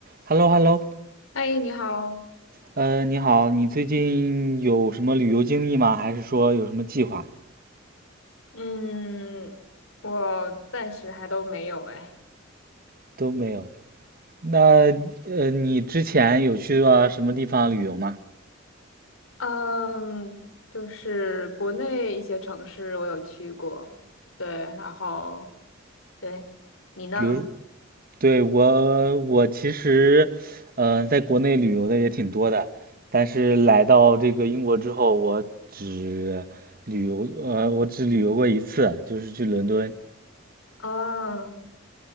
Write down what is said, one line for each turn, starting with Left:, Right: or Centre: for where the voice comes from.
Right: h e l l o h e l l o
Left: 嗨，你好。
Right: 呃，你好，你最近有什么旅游经历吗？还是说有什么计划？
Left: 嗯，我暂时还都没有哎。
Right: 都没有。那呃，你之前有去过什么地方旅游吗？
Left: 嗯，就是国内一些城市我有去过，对，然后对，你呢？
Right: 比如，对，我，我其实，呃，在国内旅游的也挺多的，但是来到这个英国之后，我只旅游，呃，我只旅游过一次，就是去伦敦。
Left: 哦，